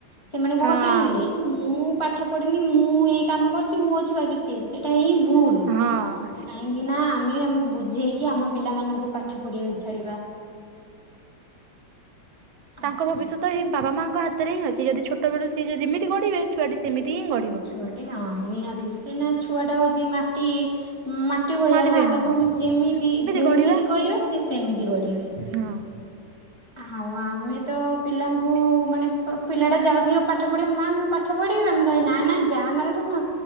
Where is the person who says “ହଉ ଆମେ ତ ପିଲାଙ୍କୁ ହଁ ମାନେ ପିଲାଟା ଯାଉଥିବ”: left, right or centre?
Left